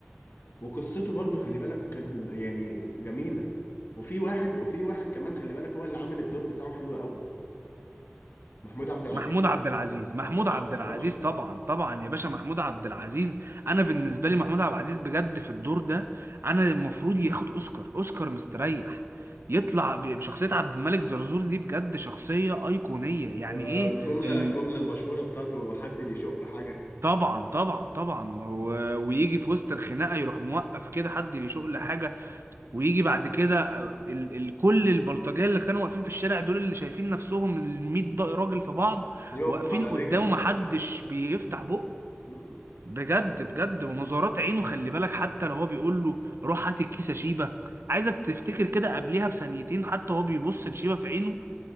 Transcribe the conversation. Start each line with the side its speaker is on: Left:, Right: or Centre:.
Left: وقصته برضو خلي بالك وكان يعني جميله وفي واحد وفي واحد كمان خلي بالك هو اللي عامل الدور بتاعه حلو قوي محمود عبد العزيز
Right: محمود
Left: طبعا
Right: عبد العزيز محمود
Left: طبعا
Right: عبد العزيز
Left: طبعا
Right: طبعا طبعا يا باشا محمود عبد العزيز انا بالنسبه لي محمود عبد العزيز بجد في الدور ده انا المفروض ياخد اوسكار اوسكار مستريح يطلع ب- بشخصيه عبد الملك زرزور دي بجد شخصيه ايقونيه يعني
Left: و-
Right: ايه
Left: والجمله
Right: ال...
Left: الجمله المشهوره بتاعته حد اللي يشق في حاجه
Right: طبعا طبعا طبعا و... ويجي في وسط الخناقه يروح موقف كده حد يشق لحاجه ويجي بعد كده آه، ال ال كل البلطجيه اللي كانوا واقفين في الشارع دول اللي شايفين نفسهم ال 100 ض- راجل في بعض
Left: يقف
Right: واقفين
Left: على
Right: قدامه
Left: رجلي
Right: محدش بيفتح بقه
Left: مم.
Right: بجد بجد ونظرات عينه خلي بالك حتى لو هو بيقول له روح هات الكيسه شيبه عايزك تفتكر كده قبليها بثانيتين حتى هو بيبص لشيبه في عينه